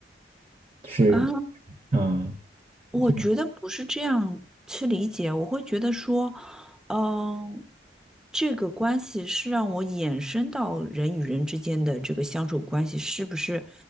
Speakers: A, on the right (about 35°); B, in the centre.
A: 是，
B: 啊，
A: 嗯，
B: 我觉得不是这样去理解，
A: 就是
B: 我会觉得说，嗯，这个关系是让我衍生到人与人之间的这个相处关系，是不是